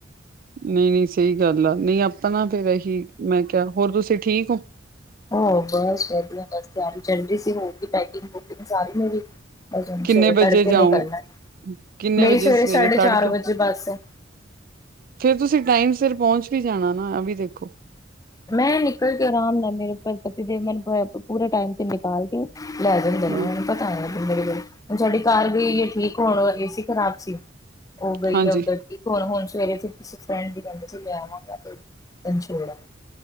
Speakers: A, on the right; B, on the left.
A: ਨਹੀਂ ਸਹੀ ਗੱਲ ਆ ਨਹੀਂ ਆਪਾਂ ਨਾ ਫੇਿਰ ਇਹੀ ਮੈਂ ਕਿਹਾ ਹੋਰ ਤੁਸੀਂ ਠੀਕ ਹੋ?
B: ਹੋ ਬਸ ਵਧੀਆ ਬਸ ਤਿਆਰੀ ਕਰਦੀ ਸੀ। ਹੋਗੀ ਪੈਕਿੰਗ ਹੋਗੀ ਸਾਰੀ ਮੇਰੀ। ਬਸ ਸਵੇਰੇ
A: ਕਿੰਨੇ ਵਜੇ
B: ਤੜਕੇ
A: ਜਾਉ
B: ਨਿਕਲਨਾ,
A: ਕਿੰਨੇ
B: ਮੇਰੀ
A: ਵਜੇ
B: ਸਵੇਰੇ ਸਾਢੇ
A: ਤੜਕੇ
B: ਚਾਰ ਵਜੇ ਬੱਸ ਹੈ
A: ਫੇਰ ਤੁਸੀਂ ਟਾਈਮ ਸਿਰ ਪਹੁੰਚ ਵੀ ਜਾਣਾ ਨਾ, ਇਹ ਵੀ ਦੇਖੋ
B: ਮੈਂ ਨਿਕਲ ਕੇ ਆਰਾਮ ਨਾਲ ਮੇਰੇ ਪਤੀ ਦੇਵ ਮੈਨੂੰ ਪੂਰੇ ਟਾਈਮ ਤੇ ਨਿਕਾਲ ਕੇ ਲੈ ਜਾਂਦੇ ਨੇ
A: ਹਾਂ
B: ਉਹਨੂੰ ਪਤਾ ਨਾ ਮੇਰੀ ਗੱਲ, ਹੁਣ ਜਿਹੜੀ ਕਾਰ ਗਈ, ਠੀਕ ਹੋਣ ਏ ਸੀ ਖਰਾਬ ਸੀ ਹੋ ਗਈ
A: ਹਾਂਜੀ।
B: ਹੈ ਉੱਧਰ ਹੁਣ- ਹੁਣ ਸਵੇਰੇ ਫ ਕਿਸੇ ਫਰੈਂਡ ਦੀ ਗੱਡੀ ਲੈ ਆਵਾਂਗਾ, ਫੇਰ ਛੋੜ ਆਵਾਂਗਾ